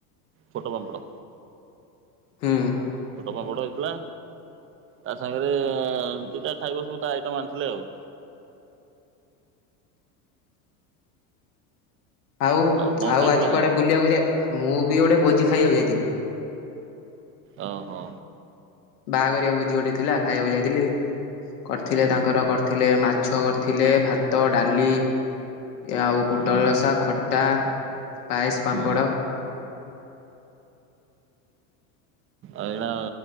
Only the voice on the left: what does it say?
ହୁଁ।
ଆଉ
ଆଉ
ଆଜି
କୁଆଡେ ବୁଲିବାକୁ ଯାଏ ମୁଁ ବି ଗୋଟେ ଭୋଜି ଖାଇବାକୁ ଯାଇଥିଲି।
ବାହାଘରିଆ ଭୋଜି ଗୋଟେ ଥିଲା ଖାଇବାକୁ ଯାଇଥିଲି। କରିଥିଲେ ତାଙ୍କର କରିଥିଲେ ମାଛ କରିଥିଲେ ଭାତ ଡାଲି। ଏ ଆଉ ପୋଟଳ
ରସା ଖଟା ପାଏସ ପାମ୍ପଡ଼।